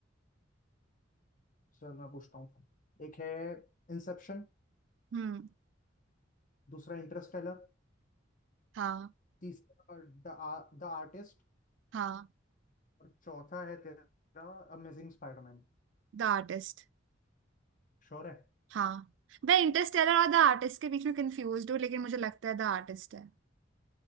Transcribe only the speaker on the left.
चल मैं पूछता हूँ एक है इंसेप्शन
दूसरा इंटरस्टेलर
तीसरा द द आर्टिस्ट
और चौथा है तेरा अमेजिंग स्पाइडरमैन
श्योर है